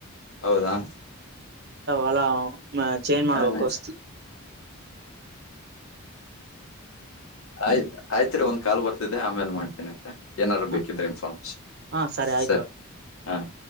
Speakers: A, on the left; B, on the right.
A: ಹೌದಾ
B: ಅಲ ಚೇಂಜ್ ಮಾಡಬೇಕು
A: ಹಾ
B: ವಸ್
A: ಆಯ್ತ್ ಆಯ್ತ್ ರೀ ಒಂದ್ ಕಾಲ್ ಬರ್ತಿದ್ದೆ ಆಮೇಲೆ ಮಾಡ್ತೀನಿ ಅಂತೆ ಏನಾದುರು
B: ಹ
A: ಬೇಕಿದ್ರೆ ಇನ್ಫಾರ್ಮ್ಸ್
B: ಹಾ ಆಯ್ತು
A: ಸರಿ ಹಾಂ